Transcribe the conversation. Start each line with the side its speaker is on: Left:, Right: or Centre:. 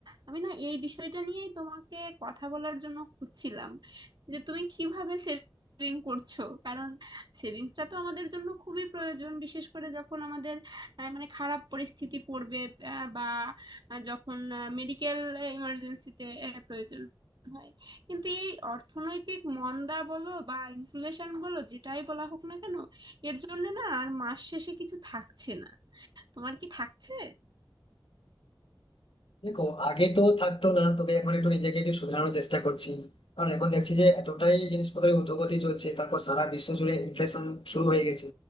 Right: আমি না এই বিষয়টা নিয়েই তোমাকে কথা বলার জন্য খুঁজছিলাম যে তুমি কিভাবে সেভিং করছো কারণ সেভিংসটা তো আমাদের জন্য খুবই প্রয়োজন বিশেষ করে যখন আমাদের আহ, মানে খারাপ পরিস্থিতি পড়বে আহ, বা আহ, যখন মেডিকেল ইমার্জেন্সিতে প্রয়োজন হয় কিন্তু এই অর্থনৈতিক মন্দা বলো বা ইনফ্লেশন বলো যেটাই বলা হোক না কেন এর জন্য না আর মাস শেষে কিছু থাকছে না তোমার কি থাকছে
Left: দেখো আগে তো থাকতো না তবে এখন একটু নিজেকে একটু শুধরানোর চেষ্টা করছি কারণ এখন দেখছি যে এতটাই জিনিসপত্রের ঊর্ধ্বগতি চলছে তারপর সারা বিশ্ব জুড়ে ইনফ্লেশন শুরু হয়ে গেছে